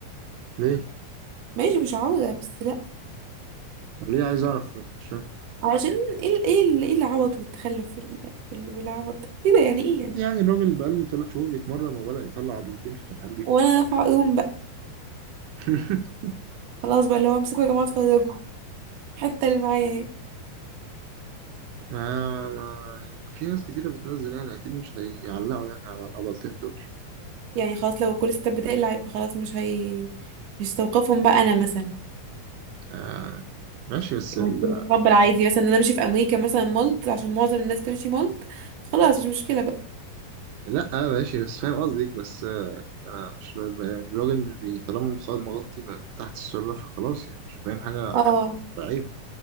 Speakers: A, on the right (about 80°); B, on the right (about 60°).
A: ليه
B: ماشي مش عوضة بس لا
A: ليه عايز اعرف مش فاهم
B: علشان ايه ال- ايه ال- ايه العبط والتخلف وال- وال- والعبط ده ايه ده يعني ايه يعني
A: يعني الراجل بقاله ثلاث شهور بيتمرن وبدأ يطلع عضلتين ففرحان بيه
B: وانا دافعة يوم بقى
A: <laughs>
B: خلاص بقى اللي هو امسكوا يا جماعة اتفرجوا حتى اللي معايا اهي
A: ما ما يعني في ناس كتيرة بتنزل يعني أكيد مش هيعلقوا يعني على العضلتين دول
B: يعني خلاص لو كل ستات بتقلع يبقى خلاص مش هي مش هستوقفهم بقى انا مثلا
A: آه ماشي بس
B: المفروض
A: ال...
B: اتقبل عادي مثلا ان انا امشي في امريكا مثلا مالت عشان معظم الناس بتمشي مالت خلاص مش مشكلة بقى
A: لأ ماشي بس فاهم قصدك بس آه يعني أنا مش ب- يعني الراجل مش بي طالما مخ- مغطي ما- تحت السرة فخلاص يعني مش باين حاجة
B: اه
A: عيب